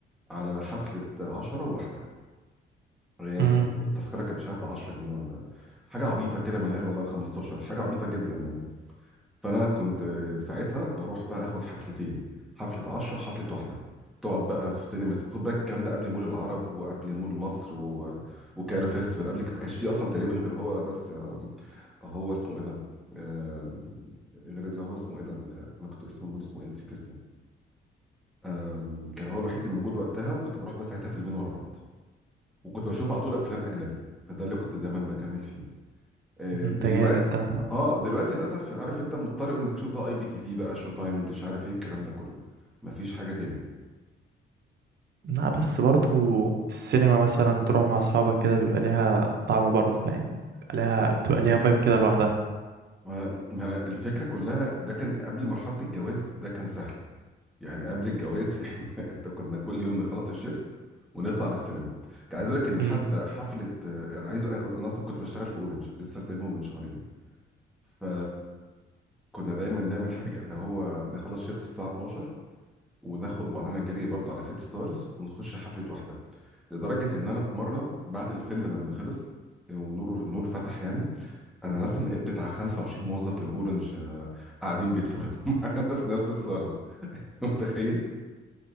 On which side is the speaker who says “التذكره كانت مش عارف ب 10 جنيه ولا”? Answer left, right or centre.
Centre